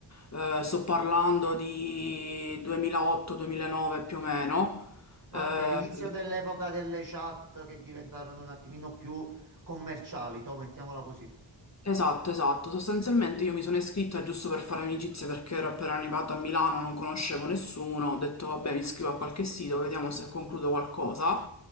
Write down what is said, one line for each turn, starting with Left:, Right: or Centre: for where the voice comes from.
Left: Eh, sto parlando di 2008-2009 più o meno.
Right: Ah,
Left: Eh,
Right: ok, l'inizio dell'epoca delle chat che diventarono un attimino più commerciali, to, mettiamola così.
Left: Esatto, esatto. Sostanzialmente io mi sono iscritta giusto per fare amicizie perché ero appena arrivata a Milano, non conoscevo nessuno, ho detto vabbè mi iscrivo a qualche sito, vediamo se concludo qualcosa.